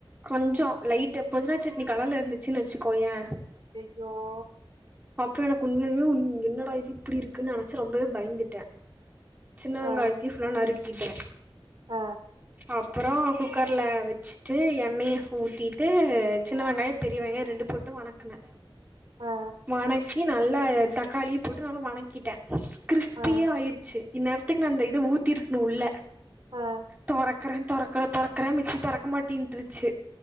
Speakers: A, on the right; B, on the right.
A: கொஞ்சோ லைட்டா பொதினா சட்னி கலர்ல இருந்துச்சுன்னு வச்சு க்கோயே
B: ஐயையோ
A: அப்புறோ எனக்கு உண்மையாலுமே து உன் என்னடா இது இப்பிடி இருக்குன்னு நெனைச்சு ரொம்பவே பயந்துட்டே. சின்ன வெங்காயத்தயு
B: ஆ
A: ஃபுல்லா நறுக் க்கிட்டே
B: ஆ
A: அப்பறோ குக்கர் ல வச்சிட்டு எண்ணையு ஊத்திட்டு சின்ன வெங்காயோ பெரிய வெங்காயோ ரெண்டு போட்டு வனக்குனே.
B: ஆ
A: வனக் கி நல்லா தக்காளியு போட்டு நல்லா வனக்கிட்டே. கிரிஸ்பியா
B: ஆ
A: ஆயிருச்சு. இந்நேரத்துக்கு நா அந்த இத ஊத்திருக்கணு உள்ள.
B: ஆ
A: தொறக்கறே தொறக்கற தொற க்கற மிக்சி தொறக்க மாட்டின்ட்ருச்சு.